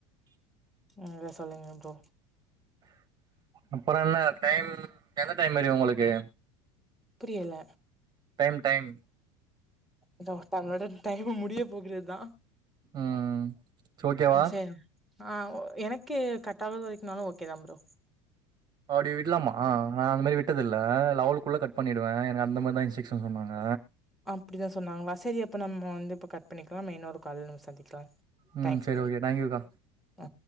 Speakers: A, in the centre; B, on the right.
A: நீங்களே சொல்லுங்க ப்ரோ
B: அப்பறொ என்ன டைம் எந்த டைம் வரியும் உங்களுக்கு
A: புரியல
B: டைம் டைம்
A: அபா தங்களோட டைம்மு முடிய போகிறதா
B: ம் ஓக்கேவா
A: சரி ஆ ஓ எனக்கே கட்டாத வரைக்குனாலு ஓகே தா ப்ரோ
B: அப்டி விடலாமா நா அந்த மேரி விட்டது இல்ல லெவுலுக்குள்ள கட் பண்ணிடுவே எனக்கு அந்த மாத்ரிதா சிக்ஸோ சொன்னாங்க
A: அப்டீதா சொன்னாங்களா சரி அப்ப நம்மோ வந்து இப்ப கட் பண்ணிக்கலா நம்ம இன்னோரு கால்ல சந்திக்கலா
B: ம்
A: தேங்க்ஸ்
B: செரி
A: ப்ரோ
B: ஓகே தேங்க்யூக்கா
A: ஆ